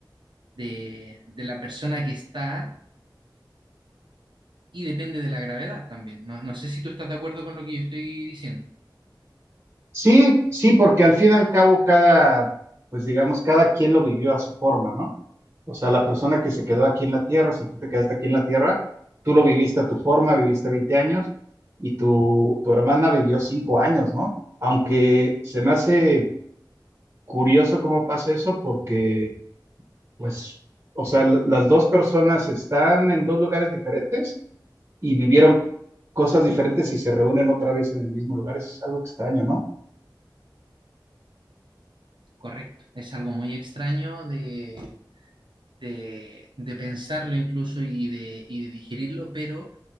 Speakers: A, on the right (about 75°); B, on the right (about 30°).
A: de, de la persona que está y depende de la gravedad también. No, no sé si tú estás de acuerdo con lo que yo estoy diciendo.
B: Sí, sí, porque al fin y al cabo cada, pues digamos, cada quien lo vivió a su forma, ¿no? O sea, la persona que se quedó aquí en la Tierra, si tú te quedaste aquí en la Tierra, tú lo viviste a tu forma, viviste 20 años y tu, tu hermana vivió 5 años, ¿no? Aunque se me hace curioso cómo pasa eso porque, pues, o sea, l- las dos personas están en dos lugares diferentes y vivieron cosas diferentes y se reúnen otra vez en el mismo lugar. Es algo extraño, ¿no?
A: Correcto. Es algo muy extraño de, de, de pensarlo incluso y de, y de digerirlo, pero